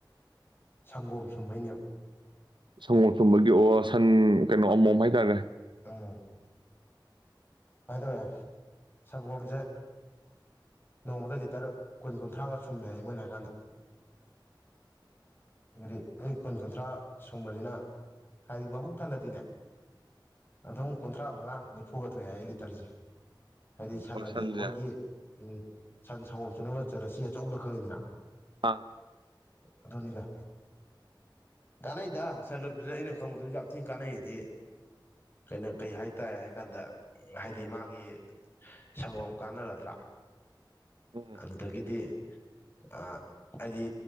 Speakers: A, on the left (about 25°); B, on the right (about 75°).
A: ꯁꯪꯒꯣꯝ ꯁꯨꯝꯕꯩꯅꯦ
B: ꯁꯪꯒꯣꯝ ꯊꯨꯝꯕꯒꯤ ꯑꯣ ꯁꯟ ꯀꯩꯅꯣ ꯑꯃꯣꯝ ꯍꯥꯏꯇꯥꯔꯦ
A: ꯑꯥ ꯍꯥꯏꯗꯋꯦ ꯁꯒꯣꯝꯁꯦ ꯅꯣꯡꯃꯗ ꯂꯤꯇꯔ ꯀꯨꯟ ꯀꯨꯟꯊ꯭ꯔꯥꯒ ꯁꯨꯝꯃꯦ ꯍꯥꯏ ꯃꯣꯏꯟ ꯍꯥꯏ ꯀꯥꯟꯗ ꯍꯥꯏꯗꯤ ꯑꯩ ꯀꯨꯟ ꯀꯨꯟꯊ꯭ꯔꯥ ꯁꯨꯝꯕꯁꯤꯅ ꯍꯥꯏꯗꯤ ꯃꯕꯨꯛ ꯊꯜꯂꯗꯤꯅꯦ ꯑꯗꯨꯝ ꯀꯨꯟꯊ꯭ꯔꯥ ꯃꯉꯥ ꯅꯤꯐꯨꯒ ꯊꯣꯛꯑꯦ ꯍꯥꯏꯑꯦ ꯂꯤꯇꯔꯁꯦ ꯍꯥꯏꯗꯤ ꯁꯟꯅꯗꯤ
B: ꯑꯣ ꯁꯟꯁꯦ
A: ꯑꯩꯈꯣꯏꯒꯤ ꯎꯝ ꯁꯟ ꯁꯪꯒꯣꯝ ꯁꯨꯡꯅꯕ ꯆꯔꯁꯤ ꯑꯆꯧꯕꯗ ꯈꯪꯉꯤꯗꯅ
B: ꯑꯥ
A: ꯑꯣꯗꯨꯅꯤꯗ ꯀꯥꯟꯅꯩꯗ ꯁꯟ ꯂꯣꯏꯕꯖꯦ ꯑꯩꯅ ꯈꯪꯎꯕꯖꯦ ꯌꯥꯝ ꯊꯤꯟ ꯀꯥꯟꯅꯩꯗꯤ ꯀꯩꯅꯣ ꯀꯩ ꯍꯥꯏꯇꯥꯔꯦ ꯍꯥꯏ ꯀꯥꯟꯗ ꯍꯥꯏꯗꯤ ꯃꯥꯒꯤ ꯁꯪꯒꯣꯝ ꯀꯥꯟꯅꯔꯗ꯭ꯔꯥ
B: ꯎꯝ
A: ꯑꯗꯨꯗꯒꯤꯗꯤ ꯑ ꯍꯥꯏꯗꯤ